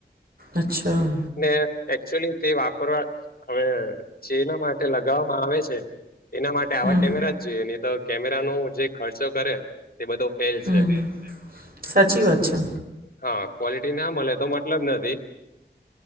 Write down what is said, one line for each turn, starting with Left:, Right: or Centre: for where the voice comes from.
Right: અચ્છા.
Left: ને એકચુલી તે વાપરવા હવે જેના માટે લગાવવામાં આવે છે. એના માટે આવા
Right: હમ
Left: કેમેરા જ જોઈએ ની તો કેમેરાનો જે ખર્ચો કરે તે બધો ફેલ
Right: હમ
Left: છે
Right: સાચી વાત છે
Left: હ ક્વોલિટી ના મલે તો મતલબ નથી